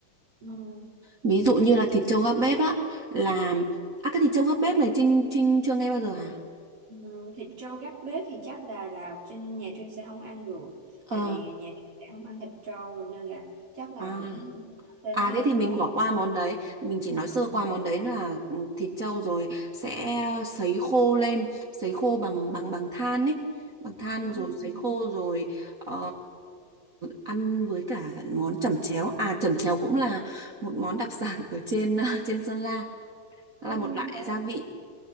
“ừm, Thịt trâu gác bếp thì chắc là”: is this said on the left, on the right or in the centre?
Right